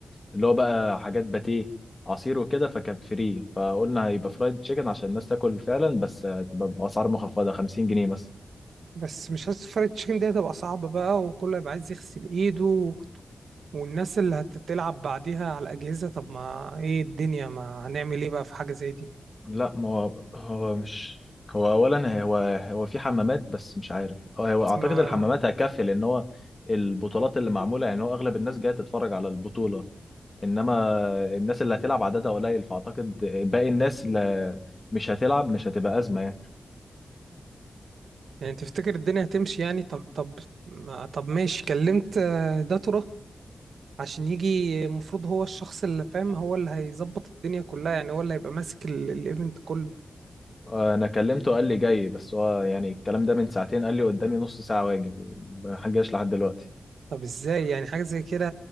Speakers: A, on the left; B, on the right.
A: اللي هو بقى حاجات باتيه عصير وكده فكانت فري فقلنا هيبقى فرايد تشيكن عشان الناس تاكل فعلا بس آه، تبقى باسعار مخفضه 50 جنيه مثلا
B: بس مش حاسس فرايد تشيكن دي هتبقى صعبة بقى وكله هيبقى عايز يغسل ايده والناس اللي هتتلعب بعديها على الأجهزة طب ما ايه الدنيا ما هنعمل ايه بقى في حاجة زي دي
A: لا ما هو هو مش هو اولا هو هو في حمامات بس مش عارف اه هو اعتقد
B: ما
A: الحمامات هتكفي لان هو البطولات اللي معموله يعني هو اغلب الناس جايه تتفرج على البطوله انما الناس اللي هتلعب عددها قليل فاعتقد باقي الناس اللي مش هتلعب مش هتبقى ازمه يعني
B: يعني تفتكر الدنيا هتمشي يعني طب طب ما طب ماشي كلمت آه، داتورا عشان يجي المفروض هو الشخص اللي فاهم هو اللي هيظبط الدنيا كلها يعني هو اللي هيبقى ماسك ال- الايفنت كله
A: انا كلمته قال لي جاي بس هو يعني الكلام ده من ساعتين قال لي قدامي نص ساعه واجي وما جاش لحد دلوقتي
B: طب ازاي يعني حاجة زي كده